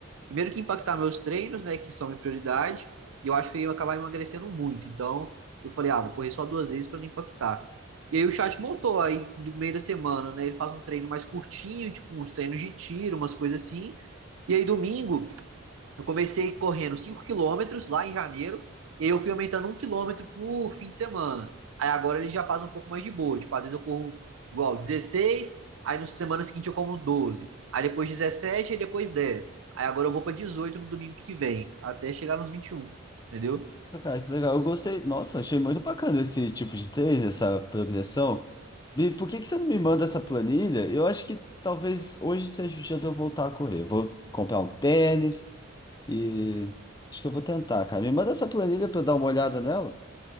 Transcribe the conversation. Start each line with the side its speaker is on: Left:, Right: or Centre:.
Right: primeiro que impactar meus treinos, né, que são minha prioridade, e eu acho que eu ia acabar emagrecendo muito. Então, eu falei, ah, vou correr só duas vezes para não impactar. E aí o chat montou aí do meio da semana, né? Ele faz um treino mais curtinho, tipo uns treinos de tiro, umas coisas assim. E aí domingo eu comecei correndo 5 quilômetros lá em janeiro, e aí eu fui aumentando um quilômetro por fim de semana. Aí agora ele já faz um pouco mais de boa. Tipo, às vezes eu corro igual 16. aí na semana seguinte eu como 12. aí depois dezessete aí depois 10. Aí agora eu vou para 18 no domingo que vem, até chegar nos 21, entendeu?
Left: Nossa, Cara, que legal. Eu gostei. Nossa, achei muito bacana esse tipo de treino, essa progressão. E por que que você não me manda essa planilha? Eu acho que talvez hoje seja o dia de eu voltar a correr. Eu Vou comprar um tênis e acho que eu vou tentar, cara. Me manda essa planilha para eu dar uma olhada nela.